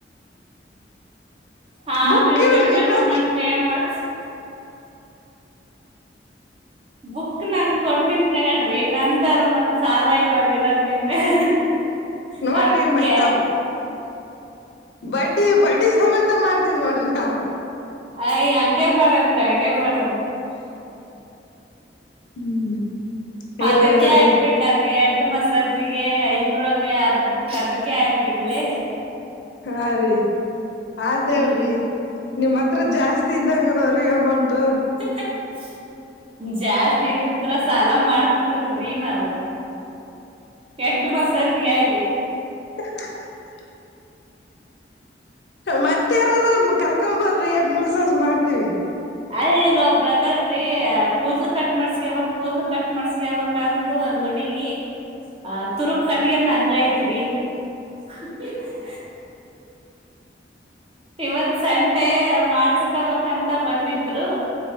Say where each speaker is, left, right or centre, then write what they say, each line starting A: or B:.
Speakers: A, on the right; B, on the left.
A: ಆ
B: ಬುಕ್
A: ಆಮೇಲ್
B: ಇಲ್ರಿ
A: ಬೇಕಾದ್ರೆ
B: ಏನೋ
A: ನಾನ್ ಪೇಮಾಡ್ತೀನಿ. ಬುಕ್ ನನ್ ಕೊಡ್ತೀನ್ತಗಳ್ರಿ ನಂದ ಅಲ್ ಮತ್ ಸಾಲ ಇವಾಗಿರೋದ. ನಿಮ್ಮೆ <unintelligible>
B: ನೋಡ್ರಿ
A: ಅದಕ್ಕೆ
B: ಮತ್ ನಾವ್ ಬಡ್ಡಿ ಬಡ್ಡಿ ಸಮೇತ ಮಾಡ್ತೇವಿ ನೋಡ್ರಿ ನಾವು.
A: ಅಯ್ ಹಂಗ್ಯಾಕ ಮಾಡಂತ್ರಿ ಹಂಗೆ ಮಾಡ್ರಿ.
B: <inaudible> ಹ್ಮ್,
A: ಅದಕ್ಕೆ
B: ಇಲ್ಲ ಹೇಳ್ರಿ
A: ಆಗ್ಬಿಡ್ಲ <unintelligible> ಹೆಡ್ ಮಸಾಜಿಗೆ ಐಬ್ರೋಗೆ ಅದ ಬುಕ್ ಅದಕ್ಕೆ ಆಗ್ಬಿಡ್ಲಿ.
B: ಹಾ ರೀ ಆತ್
A: ಹ್ಮ್
B: ಹೇಳ್ರಿ ನಿಮ್ ಹತ್ರ ಜಾಸ್ತಿ ಇದ್ದಂಗದಾವ್ರೀ ಅಮೌಂಟ್.
A: ಹ ಹ <unintelligible> ಜಾಸ್ತಿ ಇದಿದ್ರ ಸಾಲ ಮಾಡ್ತೀದಿಲ್ರಿನಾವು. ಎಟು ಮಸಾಜಿಗೆ ಆಾಗಿಿ <unintelligible>
B: <inaudible> ಮತ್ತೆ ಯಾರದಾರ ಕರ್ಕೊಂಬಾ ಎಡ್ ಮಸಾಜ್ ಮಾಡ್ತೀವಿ.
A: ಅಯ್ ಇಲ್ ಒಬ್ರು ಅದಾರಿ ಕೂದಲ ಕಟ್ ಮಾಡ್ಸ್ಕಬೇಕು ಕೂದಲ ಕಟ್ ಮಾಡ್ಸಕಬೇಕ. ಕಂದು <unintelligible> ಒಂದ್ ಹುಡುಗಿ ಆ ತುರುಬ ಕಟ್ಗಗಂದ ಹಂಗ ಐತ್ರಿ. <inaudible> ಇವತ್ ಸಂಡೆ ಮಾಡಸ್ಕೊಬೇಕಂತ ಬಂದಿದ್ದ. ್ರು